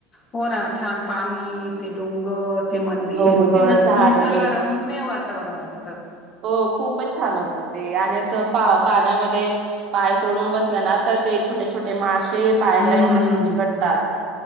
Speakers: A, on the left; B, on the right.
A: हो ना छान पाणी ते डोंगर ते मंदिर
B: डोंगर,
A: किती नसर
B: झाडे
A: निसर्ग रम्य वा. वातावरण वाट
B: हो खूपच छान होत ते आणि असं पा. पाण्यामध्ये पाय सोडून बसल ना, तर ते छोटे छोटे माशे. ते पायाला
A: हम्म
B: येऊन असे चीकटतात.